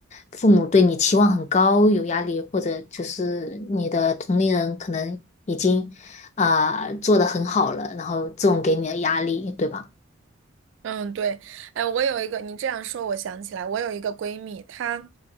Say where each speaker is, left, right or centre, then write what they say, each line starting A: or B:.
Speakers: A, on the left; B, on the right.
A: 父母对你期望很高，有压力，或者就是你的同龄人可能已经啊、做得很好了，然后这种给你的压力，对吧？
B: 嗯，对，哎，我有一个，你这样说，我想起来，我有一个闺蜜，她，